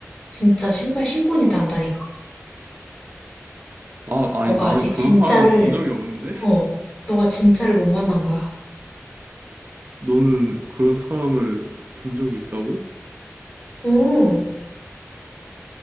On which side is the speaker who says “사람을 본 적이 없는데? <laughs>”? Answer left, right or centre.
Right